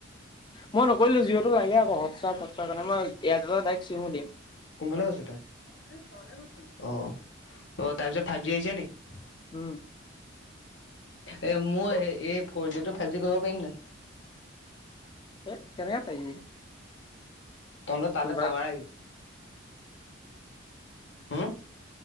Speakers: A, on the left (about 25°); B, on the left (about 65°).
A: মই নকৰিলো জিওতো লাগে আকৌ হস্পট। চ নাম এয়াৰটেলৰ তাইক চিমু দিম।
B: কোন ফালে গৈছে তাই, অ'তাৰপিছত ফাইভ জি আহিছে নেকি?
A: উম'
B: এ মোৰ এই ফৰ জি টো ফাইভ জি কৰিব পাৰিম নাই
A: এ কেনেকে পাৰিবি।
B: তহত তালৈ
A: মোবাইল
B: টাৱাৰ আহিল হম,